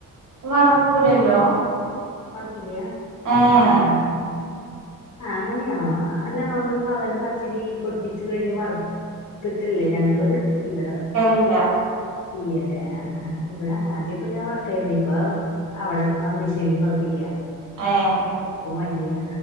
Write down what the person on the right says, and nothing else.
വറക്കൂലല്ലോ
ഏഹ്
വർക്കലില്ല
ഏഹ്